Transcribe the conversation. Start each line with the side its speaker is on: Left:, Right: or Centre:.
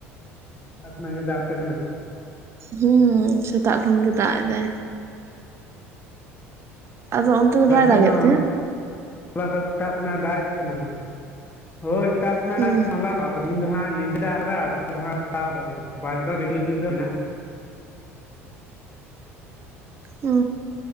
Left: ᱥᱮᱛᱟᱜ ᱠᱷᱚᱱᱟᱜ ᱜᱮ ᱫᱟᱜ ᱟᱯᱮ ᱠᱟᱱᱟ?
Right: ᱦᱩᱸ ᱥᱮᱛᱟᱜ ᱠᱷᱚᱱ ᱜᱮ ᱫᱟᱜ ᱮᱫᱟᱭ᱾ ᱟᱫᱚ ᱚᱱᱛᱮ
Left: ᱟᱞᱮ
Right: ᱫᱚ ᱵᱟᱭ
Left: ᱥᱮᱫ
Right: ᱫᱟᱜᱮᱫ
Left: ᱦᱚᱸ
Right: ᱛᱮ?
Left: ᱦᱚᱞᱟ ᱫᱚ ᱥᱮᱛᱟᱜ ᱠᱷᱚᱱᱟᱜ ᱮ ᱫᱟᱜᱮᱜ ᱛᱟᱦᱮᱸᱱᱟ, ᱦᱳᱭ ᱥᱮᱛᱟᱜ ᱠᱷᱚᱱᱟᱜ
Right: ᱦᱩᱸ
Left: ᱮ ᱫᱟᱜᱮᱜ ᱛᱟᱦᱮᱸᱱᱟ ᱦᱚᱞᱟ ᱫᱚ ᱟᱫᱚ ᱛᱤᱦᱤᱧ ᱫᱚ ᱦᱟᱸᱜ ᱧᱤᱫᱟᱹ ᱫᱟᱜ ᱠᱟᱫᱟ ᱟᱨ ᱥᱮᱛᱟᱜ ᱫᱚ ᱦᱟᱸᱜ <inaudible> ᱠᱟᱫᱟ ᱚᱝᱠᱟ ᱵᱟᱭ ᱫᱟᱜ ᱮᱫᱟ ᱨᱤᱢᱤᱞ ᱨᱤᱢᱤᱞ ᱫᱚ ᱦᱮᱱᱟᱜ ᱟᱠᱟᱫᱟ᱾
Right: ᱚᱻ᱾